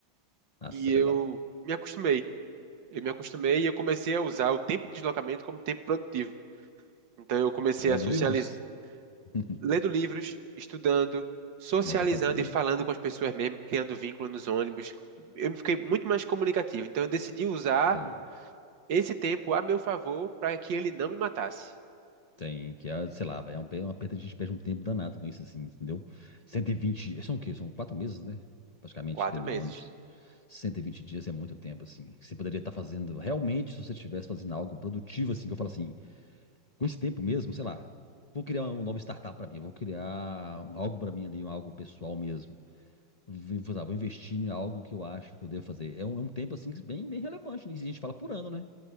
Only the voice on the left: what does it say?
Nossa,
isso
é pesado.
Lendo
livros? <laughs>
É o que eu fazia também.
Sim.
Tem, que é, sei lá, véi, é um pe- uma perda, a gente perde um tempo danado com isso, assim, entendeu? 120, são o quê? São quatro meses, né? Praticamente
dentro
do ônibus. cento e vinte dias é muito tempo, assim. que Você poderia estar fazendo, realmente, se você estivesse fazendo algo produtivo, assim, que eu falo assim, com esse tempo mesmo, sei lá, vou criar uma nova startup pra mim, vou criar um- algo pra mim ali, um algo pessoal mesmo. Vou, vou investir em algo que eu acho que eu devo fazer. É um, é um tempo, assim, que bem, bem relevante. né? E a gente fala por ano, né?